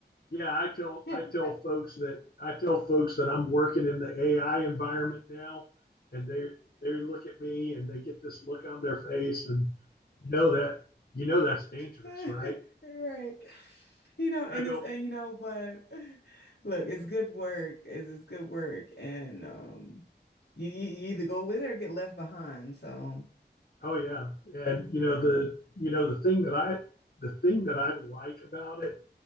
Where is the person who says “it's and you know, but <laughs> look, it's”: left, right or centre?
Left